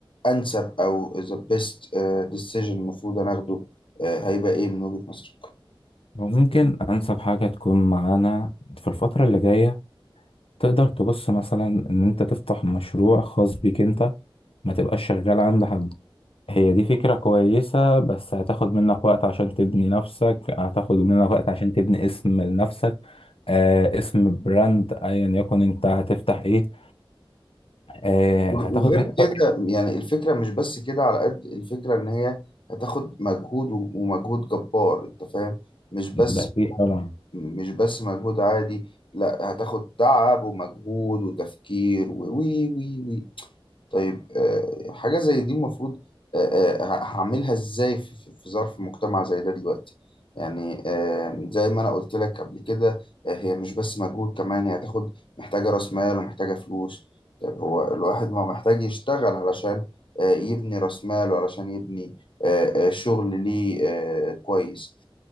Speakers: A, on the left; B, on the left.
A: انسب او the best آه، decision المفروض انا اخده آه، هيبقى ايه من وجهة نظرك
B: ممكن انسب حاجه تكون معانا في الفتره اللي جايه تقدر تبص مثلا ان انت تفتح مشروع خاص بيك انت ما تبقاش شغال عند حد هي دي فكرة كويسة بس هتاخد منك وقت عشان تبني نفسك هتاخد منك وقت عشان تبني اسم لنفسك آه اسم براند ايا يكن انت هتفتح ايه آه
A: وغير
B: هتاخد منك
A: كده
B: وقت
A: يعني الفكرة مش بس كده على قد الفكرة إن هي هتاخد مجهود و- ومجهود جبار أنت فاهم مش بس
B: ده اكيد طبعا
A: مش بس مجهود عادي لا هتاخد تعب ومجهود وتفكير و وي وي وي طيب آه، حاجة زي دي المفروض آه، آه، ه- هعملها ازاي في في- في ظرف مجتمع زي ده دلوقتي يعني آه، زي ما انا قلت لك قبل كده آه، هي مش بس مجهود كمان هي هتاخد محتاجة راس مال ومحتاجة فلوس طيب هو الواحد ما محتاج يشتغل علشان آه، يبني راس مال وعلشان يبني آه، آه، شغل ليه آه، كويس